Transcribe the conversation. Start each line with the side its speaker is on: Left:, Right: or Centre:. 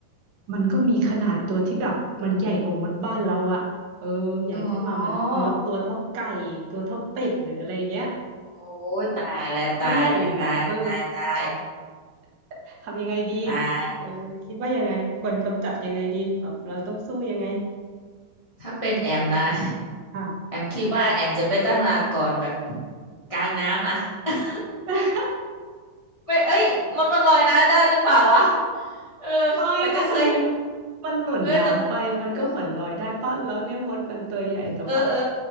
Right: มันก็มีขนาดตัวที่แบบมันใหญ่กว่ามดบ้านเราอะเออใหญ่ขึ้นมาเหมันมดตัวเท่าไก่ตัวเท่าเป็ดหรืออะไรเงี้ย
Left: อ๋อโอ้ยตายแล้วตายแล้วตายตายตาย
Right: <laughs> ก็ใหญ่อยู่นะเออ <laughs> ทำยังไงดี
Left: ตาย
Right: เออคิดว่ายังไงควรกำจัดยังไงดีแบบเราต้องสู้ยังไง
Left: ถ้าเป็นแอมนะ
Right: ใช่ค่ะ
Left: แอมคิดว่าแอมจะไปตั้งหลักก่อนแบบกลางน้ำอะ <laughs>
Right: <laughs>
Left: ไม่เอ้ยมันมันลอยน้ำได้หรือเปล่าวะเออแต่ก็เคยเห็น
Right: ไม่ถ้ามันมันหล่นน้ำไปมันก็เหมือนลอยได้ปะแล้วเนี่ยมดมันตัวใหญ่แต่ว่า
Left: เออแต่มันเออเออเออ